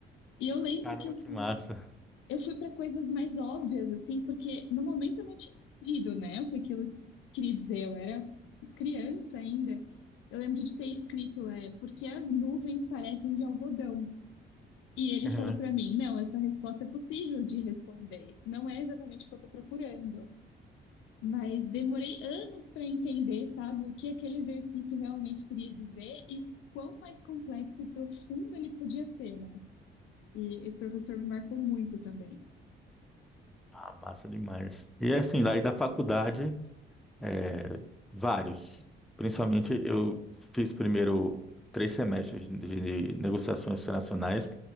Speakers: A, on the left (about 80°); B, in the centre.
A: E eu lembro
B: Caramba,
A: que eu
B: que
A: fui,
B: massa!
A: eu fui para coisas mais óbvias, assim, porque no momento eu não tinha entendido, né, o que aquilo queria dizer, eu era criança ainda. Eu lembro de ter escrito, é, porque as nuvens parecem de algodão. E ele
B: Uhum.
A: falou para
B: <laughs>
A: mim: não, essa resposta é possível de responder. Não é exatamente o que eu estou procurando. Mas demorei anos para entender, sabe, o que aquele exercício realmente queria dizer e quão mais complexo e profundo ele podia ser, né? E esse professor me marcou muito também.
B: Ah, massa demais. E assim, daí da faculdade. É, vários. Principalmente eu fiz primeiro três semestres de negociações internacionais